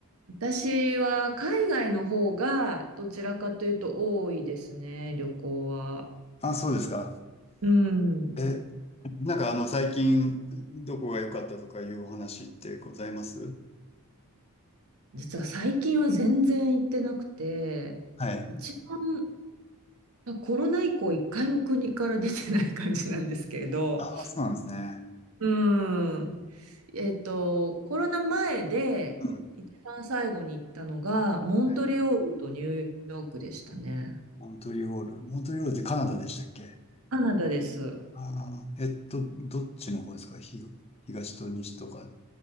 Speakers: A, on the right (about 70°); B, on the left (about 25°).
A: 私は海外の方がどちらかというと多いですね、旅行は。
B: あ、そうですか。
A: うん。
B: え、なんかあの、最近、どこが良かったとかいうお話ってございます
A: 実は最近は全然行ってなくて、
B: はい。
A: 一番コロナ以降一回も国から出てない感じなんですけど、
B: ああ、そうなんですね。
A: うん。えっと、コロナ前で一番最後に行ったのがモントリオールとニューヨークでしたね。
B: うん。はいモントリオール。モントリオールってカナダでしたっけ
A: カナダです。
B: ああー、えっと、どっちの方ですかひ、東と西とか